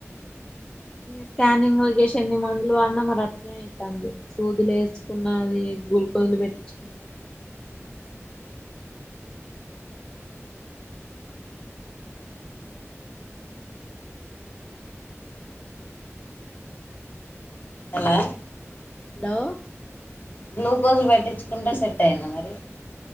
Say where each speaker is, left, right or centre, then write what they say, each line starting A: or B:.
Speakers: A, on the left (about 20°); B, on the left (about 40°).
A: స్కానింగ్ చేసి ఎన్ని మందులు పడిన మరి అట్నే అవుతుంది సూదులు వేసుకున్నది గూల్ కోజలు పెట్టించుకుంది
B: అలా
A: హలో
B: గ్లూకోజ్ పట్టించుకుంటే సెట్ అయింది మరి